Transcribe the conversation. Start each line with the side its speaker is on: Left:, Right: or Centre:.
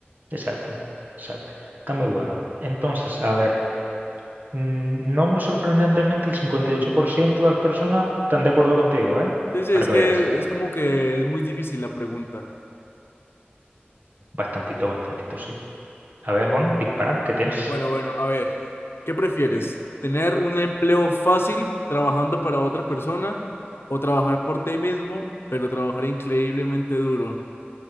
Right: exacto, exacto. Está muy bueno. Entonces, a ver. Mm, No muy sorprendentemente, el 58% de las personas están de acuerdo contigo, ¿eh?
Left: Sí, sí,
Right: Para
Left: es
Right: que
Left: que
Right: veas.
Left: es como que es muy difícil la pregunta.
Right: Bastantito, bastantito, sí. A ver, Juan, dispara, ¿qué tienes?
Left: Bueno, bueno, a ver, ¿qué prefieres? ¿Tener un empleo fácil trabajando para otra persona o trabajar por ti mismo, pero trabajar increíblemente duro?